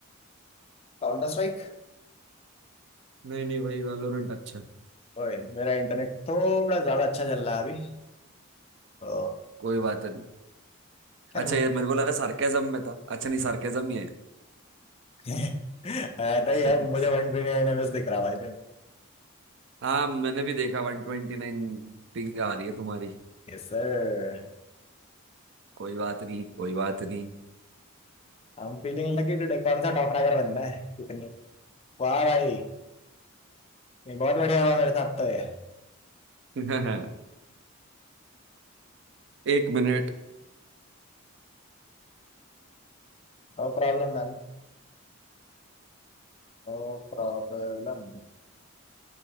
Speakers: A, on the left; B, on the right.
A: Counter strike
B: नहीं नहीं भाई वैलोरेंट अच्छा है
A: ओए मेरा इंटरनेट थोड़ा ज्यादा अच्छा चल रहा है अभी ओ,
B: कोई बात नहीं
A: यार
B: अच्छा ये मेरे को लगा सार्केज्म में था अच्छा नहीं सार्केज्म ही है
A: <laughs> अ, नहीं
B: <laughs>
A: यार मुझे वन ट्वेंटी नाइन एम एस दिख रहा भाई
B: हाँ मैंने भी देखा वन ट्वेंटी नाइन पिंग आ रही है तुम्हारी
A: Yes sir
B: कोई बात नहीं कोई बात नहीं
A: I am feeling lucky today कौन सा टॉप रैगर बनना है कितनी है? वाह भाई नहीं बहुत बढ़िया हुआ मेरे साथ तो ये
B: <laughs> एक मिनट
A: No problem man No problem